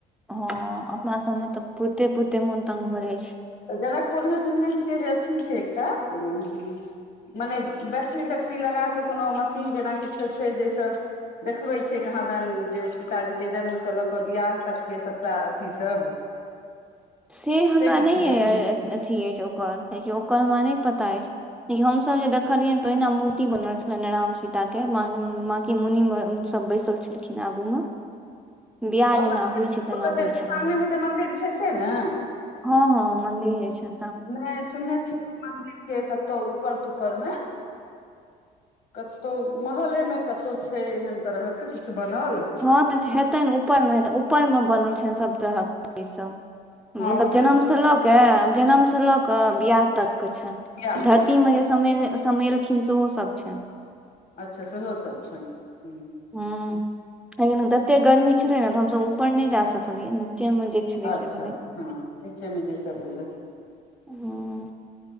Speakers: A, in the centre; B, on the left (about 60°).
A: हँ अपना सबमे तऽ पुरते पुरते मोन तंग भऽ जाइ छै
B: तऽ जनकपुरमे सुनने छियै जे अथी छै एकटा ह मने बैटरी तैटरी लगा कऽ कोनो मशीन जेना किछो छै जाहिसँ देखबे छै कहाँ दैन जे सीताजी के जन्म से लऽ क बियाह तक के सबटा अथी सब
A: <inaudible> से हमरा
B: किछु
A: नहि
B: देखबै
A: अथी अछि ओकर कियकि ओकर हमरा नहि पता अछि य हम सब जे देखलियनि ते ओहिना मूर्ति बनल छले राम सीता के माँं के मुनि मे सब बैसल छै किन आगूमे बिआाह
B: ओत
A: जेना होइ छै तेना
B: ओतऽ जे
A: होइ छलै
B: सामने मे जे मंदिर छै से ने
A: हँ हँ मन्दिर हीइन
B: नहि सुनने छियै मन्दिर के कतहु ऊपर त उपरमे कतहु महले मे कतौ छै एहन तरहके किछु बनल
A: हँ तऽ हेतै ने ऊपरमे हेतै ऊपरमे बनल छैनि सभ तरहक चीसभ
B: हँ
A: मतलब
B: उपरे
A: जनमसँ लऽ कऽ जनमसँ लऽ कऽ बियाह तत के छनि
B: तक
A: धरतीमे
B: के
A: जे समेलखिन सेहो सभ छनि
B: अच्छा सेहो सब छैन ह
A: ह लेकिन जतेक गर्मी छलै ने तऽ हमसभ ऊपर नहि जा सकलियै नीचेमे छलै
B: अच्छा
A: से भेलै
B: हँ नीचे मे सब भेल
A: ह